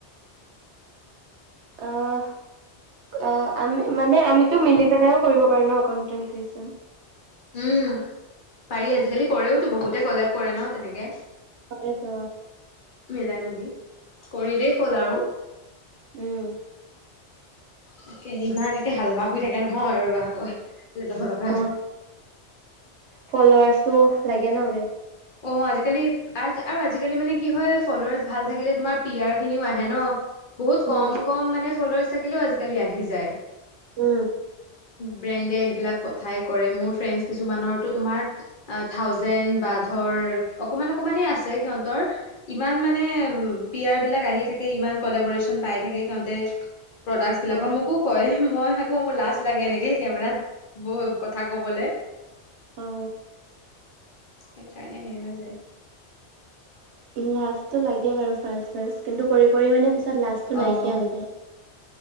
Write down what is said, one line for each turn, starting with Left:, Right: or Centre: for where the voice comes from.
Right: আহ। অ', আমি মানে আমিতো মিলি পেলাইও কৰিব পাৰো ন কনট্ৰেনট ক্ৰিয়েচন।
Left: উম পাৰি আজিকালি কৰেওতো বহুতে কলেব কৰে ন তেনেকে।
Right: তাকেতো
Left: মিলাই মিলি কৰিলেই হ'ল আৰু।
Right: উম।
Left: তাকেহে ইমান একে হাল্লা হৈ থাকে নহয় ৰ'বা আকৌ <unintelligible>
Right: অ', ফলোৱাৰ্ছটো লাগে ন।
Left: অ', আজিকালি আ আৰু আজিকালি মানে কি হয় ফলোৱাৰ্ছ ভাল থাকিলে তোমাৰ পি আৰখিনিও আহে ন বহুত
Right: উম
Left: কম কম মানে ফলোৱাৰ্ছ থাকিলেও আজিকালি আহি যায়।
Right: উম।
Left: ব্ৰেণ্ডে এইবিলাক পথাই কৰে মোৰ ফ্ৰেণ্ডচ কিছুমানৰটো তোমাৰ থাউজেণ্ড বা ধৰ অকমান অকমানেই আছে সিহঁতৰ। ইমান মানে পি আৰবিলাক আহি থাকে ইমান কলেবৰেশচন পাই থাকে সিহঁতে। প্ৰডাক্ট বিলাকৰ
Right: অ
Left: মোকো কয় মই আকো মোৰ লাজ লাগে এনেকে সেই কেমেৰাত। বৈ কথা ক'বলে।
Right: অ
Left: সেইকাৰণে হেই হৈ যায়।
Right: লাজটো লাগে বাৰু ফাৰ্ষ্ট ফাৰ্ষ্ট কিন্তু কৰি কৰি মানে পিছত লাজটো
Left: অ',
Right: নাইকিয়া হৈ যায়।